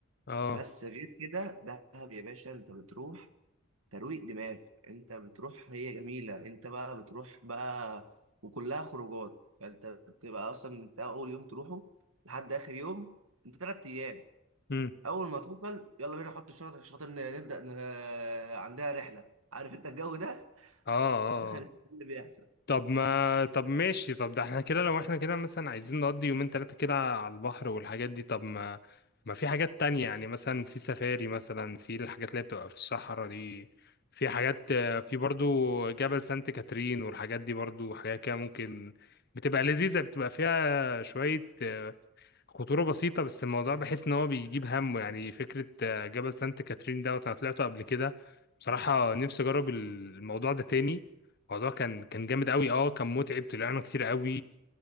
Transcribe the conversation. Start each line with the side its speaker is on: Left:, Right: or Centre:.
Left: اه
Right: بس غير كده دهب يا باشا انت بتروح ترويق دماغ انت بتروح هي جميلة انت بقى بتروح بقى وكلها خروجات فانت بتبقى اصلا من اول يوم تروحه لحد اخر يوم انت تلات ايام
Left: مم.
Right: اول ما توصل يلا بينا نحط الشنط عشان خاطر ن- نبدأ ن- عندها رحلة عارف انت الجو ده <laughs>
Left: اه اه
Right: ده
Left: اه.
Right: اللي بيحصل
Left: طب ما طب ماشي طب ده احنا كده لو احنا كده مثلا عايزين نقضي يومين تلاتة كده على البحر والحاجات دي طب ما ما في حاجات تانية يعني مثلا في سفاري مثلا في الحاجات اللي هي بتبقى في الصحراء دي في حاجات آه، في برضو جبل سانت كاترين والحاجات دي برضو حاجات كده ممكن بتبقى لذيذة بتبقى فيها شوية خطورة بسيطة بس الموضوع بحس إن هو بيجيب همه يعني فكرة آه، جبل سانت كاترين دوت أنا طلعته قبل كده بصراحة نفسي أجرب الموضوع ده تاني الموضوع كان كان جامد أوي أه كان متعب طلعنا كتير أوي